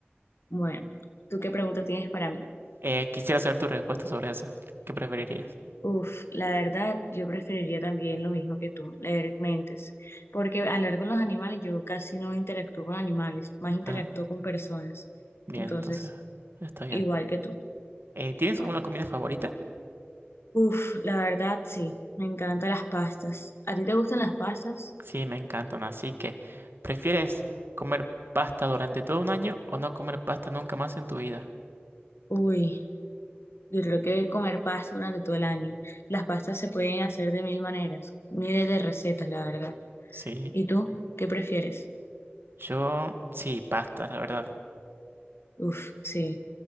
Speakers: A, on the left; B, on the right.
A: Bueno, ¿tú qué pregunta tienes para mí?
B: Eh, quisiera saber tu respuesta sobre eso. ¿Qué preferirías?
A: Uf, la verdad, yo preferiría también lo mismo que tú, leer mentes, porque a con los animales yo casi no interactúo con animales, más interactúo
B: Ah,
A: con personas,
B: bien,
A: entonces,
B: entonces está bien.
A: igual que tú.
B: Eh, ¿tienes
A: Bueno,
B: alguna comida favorita?
A: uf, la verdad, sí, me encantan las pastas. ¿A ti te gustan las pastas?
B: Sí, me encantan. Así que, ¿prefieres comer pasta durante todo un año o no comer pasta nunca más en tu vida?
A: Uy, yo creo que comer pasta durante todo el año. Las pastas se pueden hacer de mil maneras, miles de recetas, la verdad.
B: Sí.
A: ¿Y tú? ¿Qué prefieres?
B: Yo, sí, pasta, la verdad.
A: Uf, sí.